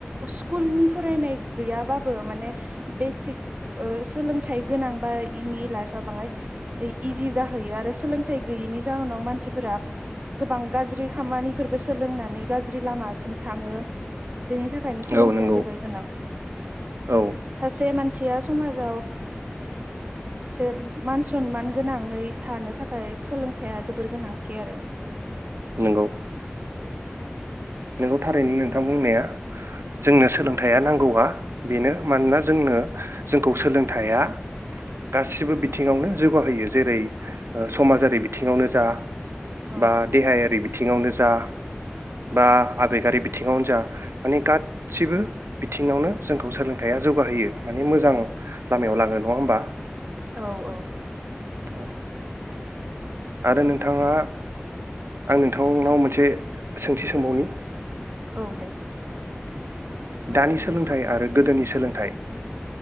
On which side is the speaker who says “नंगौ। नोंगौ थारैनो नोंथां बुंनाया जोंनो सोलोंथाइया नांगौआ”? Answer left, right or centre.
Right